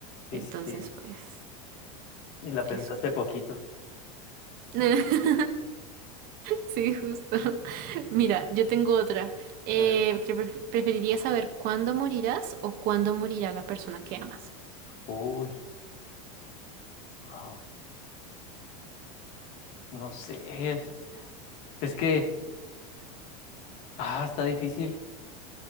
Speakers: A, on the left (about 55°); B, on the right (about 50°).
A: sí,
B: Entonces,
A: sí, sí.
B: pues,
A: Y la
B: eso.
A: pensaste poquito.
B: <laughs> Sí, justo. <laughs> Mira, yo tengo otra. Eh,
A: A ver.
B: ¿que pref- ¿preferirías saber cuándo morirás o cuándo morirá la persona que amas?
A: Uy, wow, no sé. Es que, ah, está difícil.